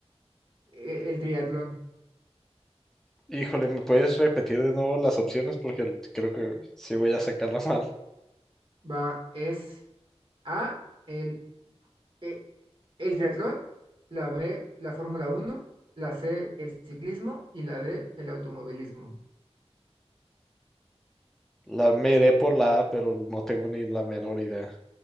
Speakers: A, on the right (about 50°); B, in the centre.
A: e- el triatlón.
B: Híjole, ¿me puedes repetir de nuevo las opciones? Porque creo que sí voy a sacarla <laughs> mal.
A: Va, es A el, e- el triatlón, la B la Fórmula uno la C el ciclismo y la D el automovilismo.
B: La me iré por la A, pero no tengo ni la menor idea.